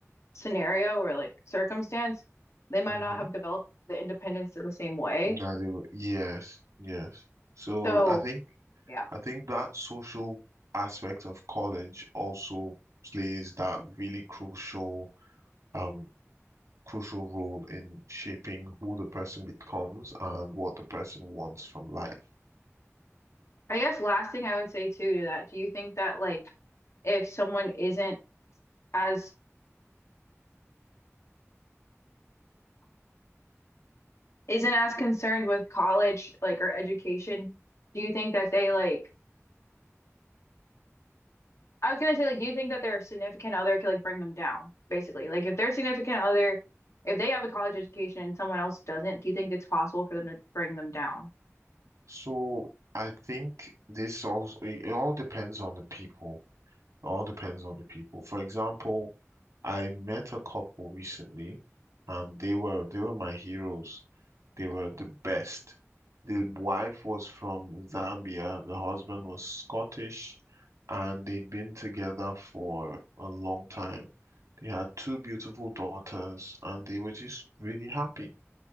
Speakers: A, on the left; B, on the right.
A: scenario or like circumstance, they might
B: Mm-hmm.
A: not have developed the independence in the same way.
B: That it, wa- yes, yes. So
A: So
B: I think
A: yeah.
B: I think that social aspect of college also plays that really crucial um crucial role in shaping who the person becomes and what the person wants from life.
A: I guess last thing I would say too to that, do you think that like if someone isn't as isn't as concerned with college like or education, do you think that they like I was gonna say, like, do you think that their significant other could like bring them down, basically? Like, if their significant other, if they have a college education and someone else doesn't, do you think it's possible for them to bring them down?
B: So I think this also it all depends on the people. It all depends on the people. For example, I met a couple recently, and they were they were my heroes. They were the best. The wife was from Zambia, the husband was Scottish, and they'd been together for a long time. They had two beautiful daughters, and they were just really happy.